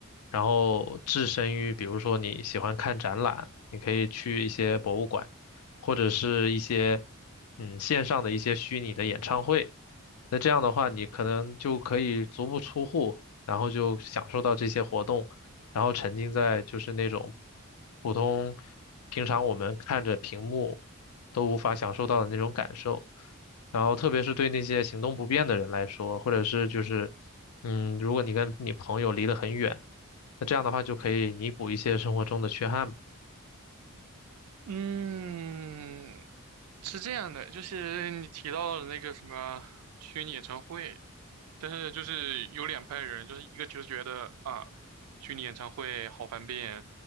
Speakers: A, on the left; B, on the right.
A: 然后置身于，比如说你喜欢看展览，你可以去一些博物馆，或者是一些嗯线上的一些虚拟的演唱会。那这样的话，你可能就可以足不出户，然后就享受到这些活动，然后沉浸在就是那种普通平常我们看着屏幕都无法享受到的那种感受。然后特别是对那些行动不便的人来说，或者是就是嗯，如果你跟你朋友离得很远，那这样的话就可以弥补一些生活中的缺憾嘛。
B: 嗯，是这样的，就是你提到的那个什么虚拟演唱会，但是就是有两派人，就是一个就是觉得啊，虚拟演唱会好方便，